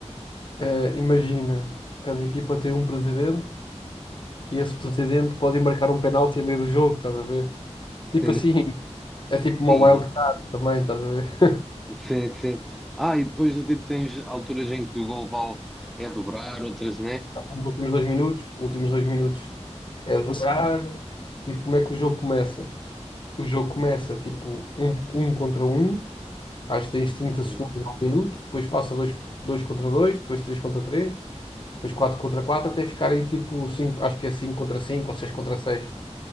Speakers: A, on the left; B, in the centre.
A: eh, imagina, cada equipa tem um presidente e esse presidente pode embarcar um penalti a meio do jogo, estás a ver? Tipo
B: Sim,
A: assim, é tipo uma
B: aí,
A: wild card também, estás a ver?
B: sim, sim. Ah, e depois tipo, tens alturas em que o gol vale é dobrar, outras não é.
A: Nos últimos dois minutos, últimos dois minutos é dobrar. E como é que o jogo começa? O jogo começa tipo um, um contra um, acho que tens trinta
B: Uhum.
A: segundos ao minuto, depois passa dois, dois contra dois, depois três contra três, depois quatro contra quatro, até ficarem tipo cinco acho que é cinco contra cinco ou seis contra seis